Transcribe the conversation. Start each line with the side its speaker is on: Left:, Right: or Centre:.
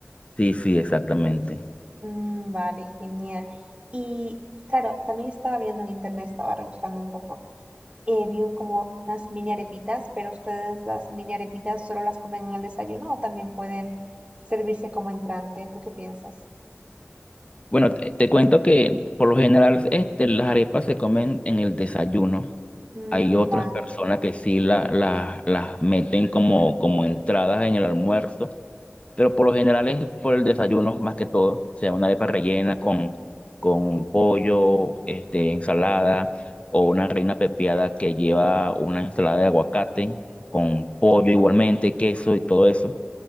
Left: Sí, sí, exactamente.
Right: Mm, vale, genial. Y claro, también estaba viendo en internet, estaba rebuscando un poco. eh, vi como unas mini arepitas, pero ustedes las mini arepitas solo las comen en el desayuno o también pueden servirse como entrante. ¿Tú qué piensas?
Left: Bueno, te, te cuento que por lo general este, las arepas se comen en el desayuno.
Right: Mm,
Left: Hay otras
Right: Ujú. vale.
Left: personas que sí la- la- las meten como, como entradas en el almuerzo. Pero por lo general es por el desayuno, más que todo. O sea, una arepa rellena con, con pollo, este, ensalada, o una reina pepiada que lleva una ensalada de aguacate, con pollo igualmente, queso y todo eso.